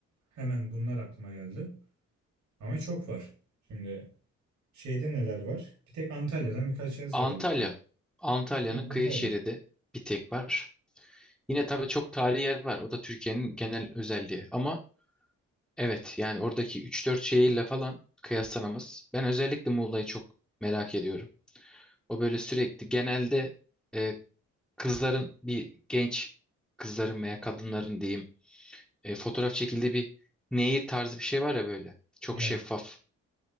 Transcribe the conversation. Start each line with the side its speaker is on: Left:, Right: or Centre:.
Right: hemen bunlar aklıma geldi. Ama çok var. Şimdi şeyde neler var? Bir tek Antalya'dan birkaç yer sayabilirsin.
Centre: Antalya. Antalya'nın
Right: Aynen,
Centre: kıyı
Right: Antalya.
Centre: şeridi bir tek var. Yine tabii çok tarihi yer var. O da Türkiye'nin genel özelliği. Ama evet yani oradaki üç dört şehirle falan kıyaslanamaz. Ben özellikle Muğla'yı çok merak ediyorum. O böyle sürekli genelde e, kızların bir genç kızların veya kadınların diyeyim e, fotoğraf çekildiği bir nehir tarzı bir şey var ya böyle. Çok
Right: Evet.
Centre: şeffaf.